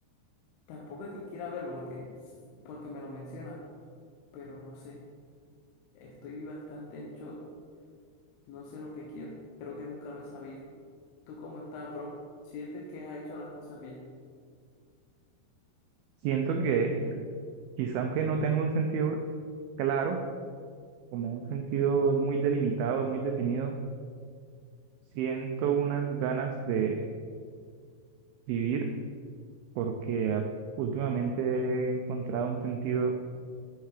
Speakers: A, on the left; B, on the right.
A: tampoco es que quiera verlo porque, s- porque me lo menciona, pero no sé, estoy bastante en shock No sé lo que quiero. Creo que nunca lo he sabido. ¿Tú cómo estás, bro? ¿Sientes que has hecho las cosas bien?
B: Siento que quizá aunque no tenga un sentido claro, como un sentido muy delimitado, muy definido, siento unas ganas de vivir porque ah, últimamente he encontrado un sentido